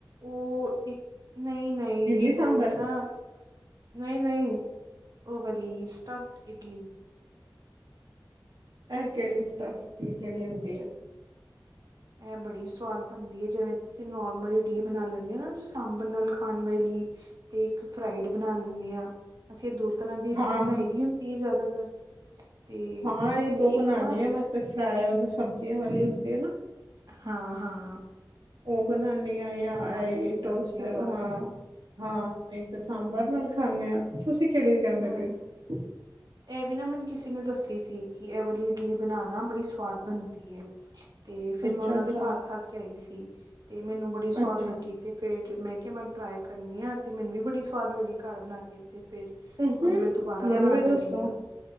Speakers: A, on the right (about 60°); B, on the right (about 80°).
A: ਉਹ ਇੱਕ ਨਈ-ਨਈ
B: ਇਡਲੀ
A: ਉਹ
B: ਸਾਂਬਰ
A: ਇੱਕ ਨਾ ਨਹੀਂ- ਨਹੀਂ ਉਹ ਵਲੀ ਸਟਫਡ ਇਡਲੀ
B: ਇਹ ਕਿਹੜੀ ਸਟਫ, ਕਿਹੜੀ ਹੁੰਦੀ ਆ।
A: ਇਹ ਬੜੀ ਸਵਾਦ ਬਣਦੀ ਏ, ਜਿਵੇਂ ਅਸੀਂ ਨੋਰਮਲ ਇਡਲੀ ਬਣਾ ਲੈਂਦੇ ਆ ਨਾ ਸਾਂਭਣ ਨਾਲ ਖਾਣ ਬ ਲੀ ਤੇ ਇੱਕ ਫਰਾਈਡ ਬਣਾ ਲੈਂਣੇ ਹਾਂ ਅਸੀਂ ਇਹ ਦੋ ਤਰ੍ਹਾਂ ਦੀ ਇਡਲੀ
B: ਹਾਂ,
A: ਬਣਾਈ ਦੀ ਤੀ ਜ਼ਿਆਦਾਤਰ ਤੇ
B: ਹਾਂ ਇਹ
A: ਤੇ
B: ਦੋ ਬਣਾਂਦੀ
A: ਇੱਕ ਨਾ
B: ਹਾਂ ਮੈਂ ਤੇ ਫਰਾਏ ਜੋ ਸਬਜ਼ੀਆਂ ਵਾਲੀ ਹੁੰਦੀ ਆ ਨਾ।
A: ਹਾਂ-ਹਾਂ।
B: ਓਈ ਬਣਾਣੀ ਆ ਐਈ
A: ਕੇ
B: ਡੋਸੇ
A: ਸਬਜ਼ੀਆਂ ਪਾ
B: ਹਾਂ।
A: ਕੇ
B: ਹਾਂ ਨਹੀਂ ਤਾਂ ਸਾਂਬਰ ਨਾਲ ਖਾਂਣੇ ਆ ਤੁਸੀਂ ਕਿਹੜੀ ਕਹਿੰਦੇ
A: ਹਮ
B: ਪਏ ਹੋ।
A: ਇਹ ਵੀ ਨਾ ਮੈਨੂੰ ਕਿਸੇ ਨੇ ਦੱਸੀ ਸੀ ਕਿ ਇਹ ਵਾਲੀ ਇਡਲੀ ਬਣਾਣਾ ਬੜੀ ਸਵਾਦ ਬਣਦੀ ਐ। ਤੇ
B: ਹੋ
A: ਫੇਰ
B: ਅੱਛਾ,
A: ਮੈਂ ਉਹਨਾਂ
B: ਅੱਛਾ,
A: ਦੇ ਘਰ ਖਾ ਕੇ ਆਈ ਸੀ ਤੇ ਮੈਨੂੰ ਬੜੀ ਸਵਾਦ
B: ਅੱਛਾ
A: ਲੱਗੀ। ਤੇ ਫੇਰ ਮੈਂ ਕਿਹਾ ਮੈਂ ਟਰਾਈ ਕਰਨੀ ਆ ਤੇ ਮੈਨੂੰ ਵੀ ਬੜੀ ਸਵਾਦ ਲੱਗੀ ਘਰ ਬਣਾ ਕੇ ਤੇ ਫਿਰ।
B: ਹੂੰ
A: ਹੁਣ ਮੈਂ ਦੁਬਾਰਾ
B: ਮੈਨੂੰ
A: ਬਣਾਣ
B: ਵੀ ਦੱਸੋ
A: ਲੱਗੀ ਆ,